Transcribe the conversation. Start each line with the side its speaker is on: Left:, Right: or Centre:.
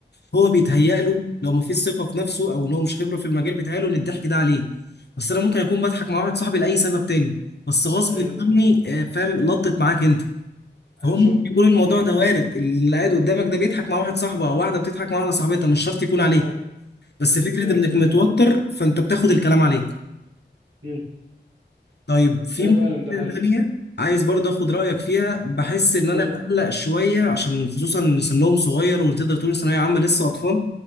Left: هو بيتهيأ
Right: م.
Left: له لو ما فيش ثقه في نفسه او ان هو مش خبره في المجال بيتهيأ له ان الضحك ده عليه بس انا ممكن اكون بضحك مع واحد صاحبي لاي سبب تاني بس غصب
Right: ايوه
Left: عني آه، فاهم لطت معاك انت
Right: هتشك
Left: فهو ممكن يكون الموضوع
Right: <laughs>
Left: ده وارد اللي قاعد قدامك ده بيضحك مع واحد صاحبه او واحده بتضحك مع واحده صاحبتها مش شرط يكون عليك
Right: فعلا
Left: بس
Right: م.
Left: فكره
Right: فعلا
Left: انك متوتر فانت بتاخد الكلام عليك
Right: فعلا
Left: طيب في
Right: ايوه
Left: مشكلة
Right: فعلا ده حقيقي
Left: تانية عايز برضه اخد رأيك فيها بحس ان انا
Right: قول
Left: مقلق شوية عشان خصوصا ان سنهم صغير وتقدر تقول ثانوية عامة لسه اطفال